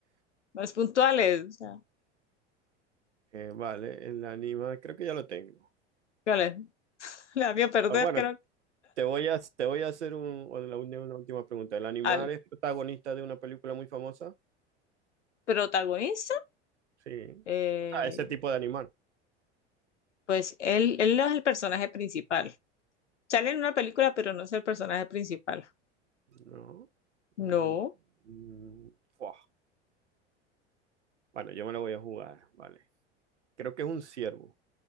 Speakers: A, on the left; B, on the right.
A: más puntuales. o sea,
B: eh, vale, el animal, creo que ya lo tengo.
A: ¿cuál es? la vio perder,
B: Ah, Bueno,
A: creo,
B: te voy a, te voy a hacer un- una, una última pregunta. ¿El animal
A: al
B: es protagonista de una película muy famosa?
A: protagonista.
B: Sí.
A: eh,
B: O sea, ese tipo de animal.
A: pues él, él no es el personaje principal. Sale en una película, pero no es el personaje principal.
B: No. Mm,
A: No,
B: mm, fuah. Bueno, yo me lo voy a jugar, vale. Creo que es un ciervo.